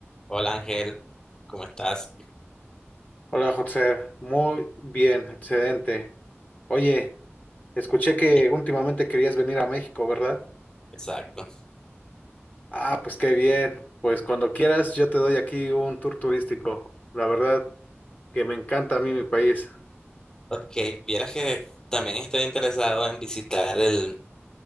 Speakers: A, on the left; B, on the left.
A: Hola Ángel, ¿cómo estás?
B: Hola, José. Muy bien, excelente. Oye, escuché que
A: Y-
B: últimamente querías venir a México, ¿verdad?
A: Exacto.
B: Ah, pues qué bien. Pues cuando quieras, yo te doy aquí un tour turístico. La verdad que me encanta a mí mi país.
A: Ok, vieras que también estoy interesado en visitar el,